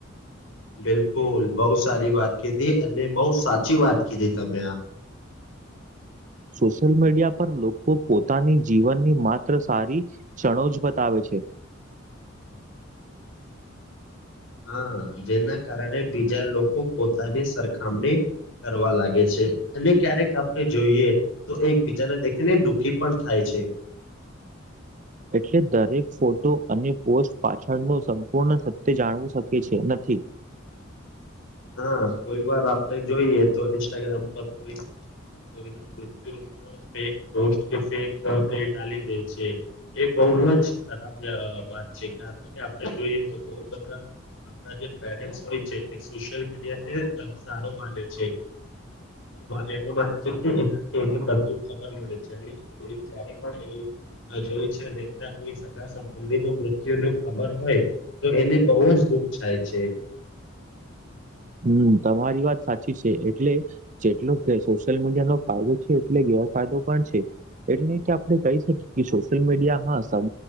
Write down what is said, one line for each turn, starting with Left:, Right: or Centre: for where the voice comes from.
Left: બિલકુલ બહુ સારી વાત કીધી અને બઉુ સાચી વાત કીધી તમે આ
Right: સોશિયલ મીડિયા પર લોકો પોતાની જીવનની માત્ર સારી ચ્ણો જ બતાવે છે
Left: હા જેના કારણે બીજા લોકો પોતાની સરખામણી કરવા લાગે છે અને ક્યારેક આપણે જોઈએ તો એકબીજાને દેખીને દુઃખી પણ થાય છે
Right: એટલે દરેક ફોટો અને પોસ્ટ પાછળ ન સંપૂર્ણ સત્ય જાણવું શકે છે નથી
Left: હા કોઈ વાર આપડે જોઈએ તો ઇન્સ્ટાગ્રામ પર કોઈઈ મૃતુ ફેક પોસ્ટ કે ફેક ડી ગઈ છે એ બહુ જ ખરાબ વાત કારણ કે આપણે જોઈએ તો બહ બધા આપણા જે પેરે હોય છે સોશિયલ મીડિયા ને સારો માને છે એવ માને છે કે એનાથી એને બધું ખબર મળે છે અને પણ એ જોયું છે કોઈ સગા સંબંધી ન મૃત્યુ ન ખબર હોય તો એને બહુ જ દુઃખ થાય છે
Right: હમ તમારી વાત સાચી છે એટલે જેટલો કે સોશિયલ મીડિયા નો ફાયદો છે એટલે ગેવા ફાયદો પણ છે એટલે કે આપણે કહી શકીએ કે સોશિયલ મીડિયા હા